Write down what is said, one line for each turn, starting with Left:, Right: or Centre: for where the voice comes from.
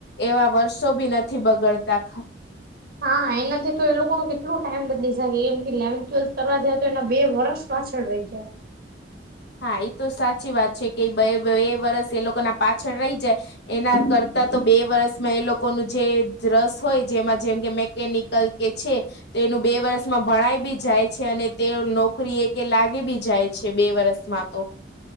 Left: એવા વર્ષો બી નથી બગડતા.
Right: હા એનાથી તો એ લોકો નુ કેટલું ટાઈમ બદલી શકે એમ કે ઈલેવન્થ ટ્વેલ્થ કરવા જાય તો એના બે વર્ષ પાછળ રહી જાય.
Left: હા એ તો સાચી વાત છે કે બે વરષ એ લોકો ના પાછળ રહી જાય એના કરતા તો બે વર્ષમાં એ લોકોનું જે રસ હોય જેમાં જેમ કે મેકેનિકલ એ છે. તેનું બે વરસમાં ભણાય બી જાય છે અને તે નોકરી એ કે લાગી બી જાય છે બે વરસ માતો